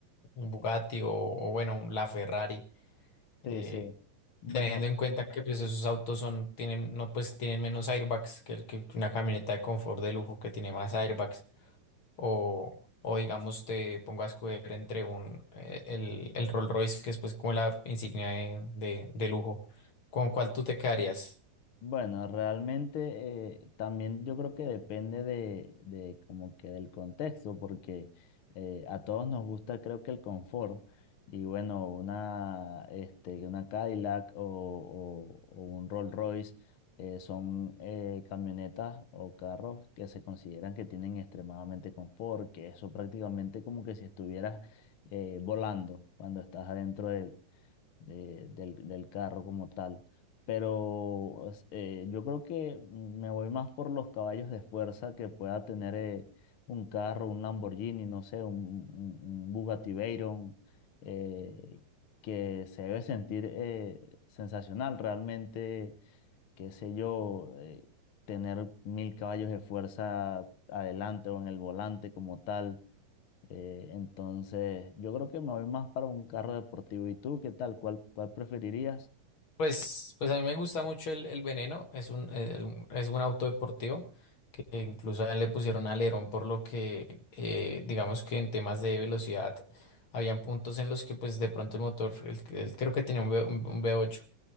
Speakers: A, on the left; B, on the left.
A: un Bugatti o, o, bueno, un- la Ferrari, eh,
B: sí, sí. Bueno,
A: teniendo en cuenta que pues esos autos son tienen no pues tienen menos airbags que, el- que una camioneta de confort de lujo que tiene más airbags o o digamos te pongo a escoger entre un eh, el, el Rolls Royce que es pues como la insignia de, de de lujo, ¿con cuál tú te quedarías?
B: Bueno, realmente eh, también yo creo que depende de, de como que del contexto, porque eh, a todos nos gusta creo que el confort y bueno, una, este, una Cadillac o, o- o un Rolls Royce eh, son eh, camionetas o carros que se consideran que tienen extremadamente confort, que eso prácticamente como que si estuvieras eh, volando cuando estás adentro de él de- del, del carro como tal. Pero es- eh, yo creo que me voy más por los caballos de fuerza que pueda tener eh, un carro, un Lamborghini, no sé, un, un- un Bugatti Veyron, eh, que se debe sentir eh, sensacional realmente, qué sé yo, eh, tener mil caballos de fuerza adelante o en el volante como tal eh, entonces, yo creo que me voy más para un carro deportivo. ¿Y tú qué tal? ¿Cuál, cuál preferirías?
A: Pues, pues a mí me gusta mucho el, el Veneno, es un, el- es un auto deportivo que incluso a él le pusieron alerón por lo que eh, digamos que en temas de velocidad habían puntos en los que pues de pronto el motor, el- el- creo que tenía un, V- un V8,